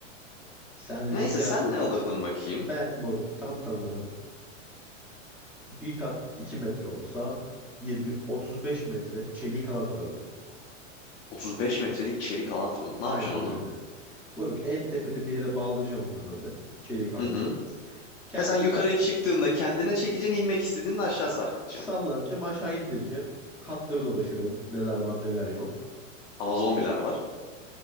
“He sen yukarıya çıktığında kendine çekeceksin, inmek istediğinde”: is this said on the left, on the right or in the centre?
Left